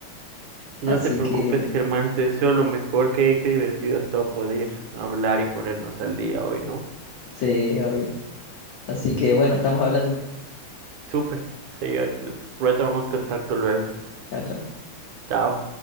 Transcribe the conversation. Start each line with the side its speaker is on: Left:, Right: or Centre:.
Right: No
Left: Así
Right: te preocupes,
Left: que,
Right: Germán, te deseo lo mejor, que qué divertido ha estado poder hablar y ponernos al día hoy, ¿no?
Left: sí, obvio. Así que, bueno, estamos hablando.
Right: Súper. Sí, retomamos contacto luego.
Left: Chao, chao.
Right: Chao.